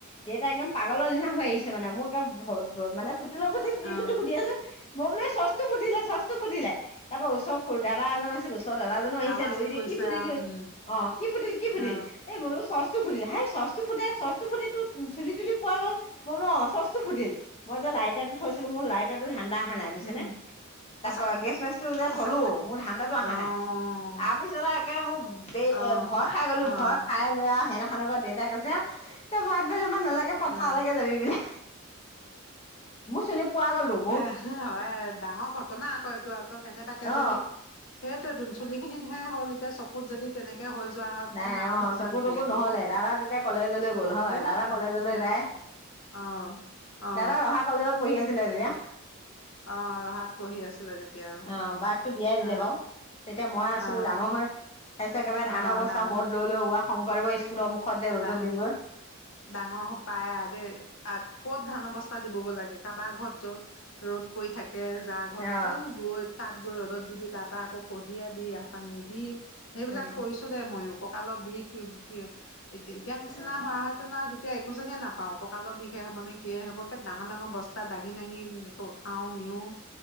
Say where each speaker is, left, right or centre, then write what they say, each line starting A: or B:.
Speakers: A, on the left (about 30°); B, on the left (about 65°).
A: দেউতা একদম পাগলৰ নিচিনা হৈ আহিছে মানে, মোৰ এটা মানে ফুটিল ও ফুটিল কি
B: অ অ
A: ফুটিল <unintelligible> মই বোলো এ চচ বুজিলে ফুটিলে। তাৰ পৰা ওচ মোৰ দাদা এজন আছিল ত দাদাজনো আহিছে
B: আৱাজ
A: দৰি-দৰি
B: কৰিছে
A: কি ফুটিল
B: আৰু
A: কে
B: উম
A: অহ কি ফুটিল কি ফুটিল?
B: অ
A: এই গৰু চচ ফুটিলে হেই চশ্তু ফুটে, চশ্তু ফুটি টো চুলি-তুলি পোৱা গ'ল। মই বোলো অহ চছটো ফুটিল, মই যে লাইট এইয়াত থৈছিলো মোৰ লাইট টো ধান্দা। অহা নাই বুইছ
B: উম
A: নে তাৰ
B: সঁচাক
A: পৰা গেছ মেচটো যে
B: সঁচাক
A: থলো
B: চাক
A: মোৰ ধান্দাটো অহা
B: আহ
A: নাই তাৰপিছত আৰু একে মোৰ ব
B: আহ
A: এ ভয় খাই গলো
B: আহ
A: ভয় খাই লৈ আৰু সে ন খ দেউতাক কৈছে তই ভাত ব নালাগে পথাৰলৈকে
B: আহ
A: নালাগে যাবি বোলে। মোৰ চিনি পোৱো গ'ল তো।
B: এ হয় ডাঙৰ ঘটনা আকৌ এইটো আকৌ কেনেবাাকেইজনৰি‌।
A: অ
B: সেইয়টো এই তম চুলি খিনিতহে হ'ল তে চকুত যদি তেনেক হৈ যোৱা হয়
A: নাই
B: কম ডাঙৰ
A: অ
B: ঘটনা
A: চকু
B: নেকি
A: তকু
B: এইটো
A: নহ'লে দাদা তেতিয়া কলেজলৈ
B: চকু
A: গ'ল হয়
B: কতো
A: দাদা কলেজলৈ
B: এতিয়া
A: যায়
B: অ অ অ।
A: দাদা ৰহা কলেজত পঢ়ি আছিলে তেতিয়া
B: বহ অ ৰহাত পঢ়ি আছিলে তেতিয়া। আৰু
A: অ বাযেটো বিয়াই দিলে
B: অ
A: বাৰু তেতিয়া মই আছিলো
B: অ
A: ডাঙৰ হৈ। তাৰ পিছত এইবাৰে ধানৰ
B: অ
A: বস্তা
B: ডাঙৰ
A: মূৰত লৈ লৈ ৱ শংকৰদেৱৰ তোলৰ মুখত যে ৰ'দত
B: এ
A: দিওঁগৈ।
B: ডাঙৰ পায় দে, ক'ত ধানৰ বস্তা দিবগৈ লাগে, কাৰোবাৰ ঘৰত য'ত ৰ'দ পৰি থাকে তে যাৰ ঘৰত
A: অ
B: একেও দূৰৈত তাঁত গৈ ৰ'দত দিবি, তাৰপা আকৌ কঢ়িয়াবি, তাৰপ পৰা নিবি। সেইবিলাক
A: উম
B: কৈছো দে মইয়ো। ককালৰ বিষ কি। এতিয়া নিচিনা
A: অ
B: হোৱা হয়। ন তেতিয়া একো জীয়ে নাপাও ককাল বিষে হ'ব নে কি হ'ব ডাঙৰ- ডাঙৰ বস্তা দাঙি-দাঙি ক উঠাও নিওঁ